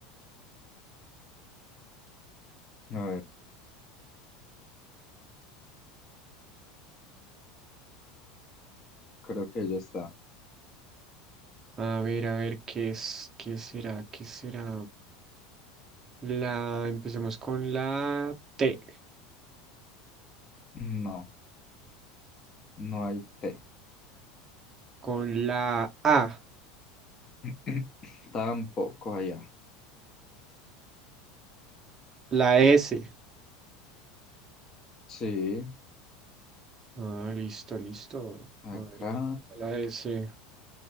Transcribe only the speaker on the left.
A ver, creo que ya está.
No, no hay T.
<clears throat> Tampoco allá.
Sí.
Acá